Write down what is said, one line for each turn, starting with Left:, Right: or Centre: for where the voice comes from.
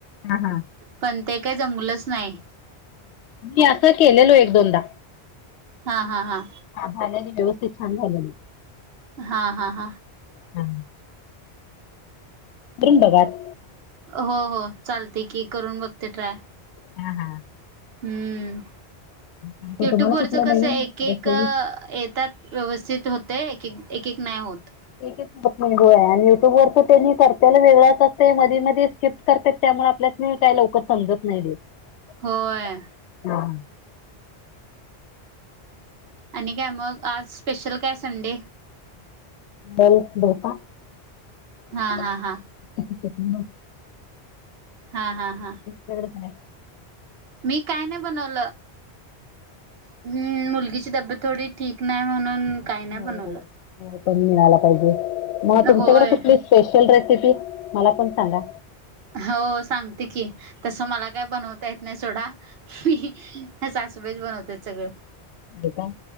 Left: हा हा.
Right: पण ते काही जमलंच नाही.
Left: मी असं केलेलो एक दोनदा
Right: हा हा हा.
Left: आतालेली व्यवस्थित छंद आहेली
Right: हा हा हा
Left: हा. बृंदवान
Right: हो हो चालते की करून बघते ट्राय
Left: हम हम
Right: हम्म
Left: आणखी
Right: युट्यूब
Left: तुम्हाला
Right: वरच
Left: कुठलं
Right: कसं
Left: नवीन
Right: एक एक
Left: रेसिपी
Right: येतात व्यवस्थित होते एक एक एक नाही होत
Left: एकच होय आणि युट्यूबवर तर त्यांनी करतेला वेगळंच असते मधी मध्ये स्किप्ट करते त्यामुळे आपल्यास मी काय ल समजत नाही देेत
Right: होय
Left: हा
Right: आणि काय मग आज स्पेशल काय संडे
Left: ब दोसा च्याक
Right: हा हा हा हा हा हा
Left: काय
Right: मी काय नाही बनवलं ् मुलगीची तब्येत थोडी ठीक नाही म्हणून काही नाही
Left: हो
Right: बनवलं
Left: पण मिळाला पाहिजे मग तुमच्याकडे
Right: होय
Left: कुठली स्पेशल रेसिपी मला पण सांगा
Right: हो सांगते की तसं मला काय बनवता येत नाही सोडा मी ह सासबाईज बनवते सगळं
Left: का